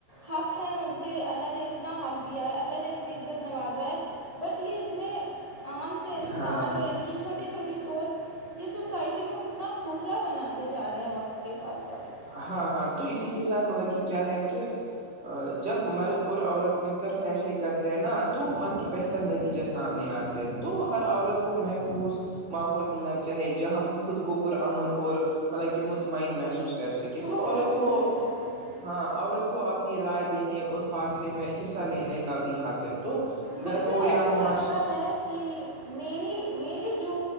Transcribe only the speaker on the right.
ہاں ہاں
ہاں ہاں تو اسی کے ساتھ مطلب کہ کیا ہے کہ جب مرد اور عورت مل کر فیصلے کرتے ہیں نا تو مطلب کہ بہتر نتیجہ سامنے آتے ہیں تو ہر عورت کو محفوظ ماحول ملنا چاہے جہاں وہ خود کو پرامن اور مطلب کہ مطمئن محسوس کر سکے
تو عورت کو
ہاں عورت کو اپنی رائے دینے اور فاصلے میں حصہ لینے کا بھی حق ہے تو
گھر ہو یا
معاش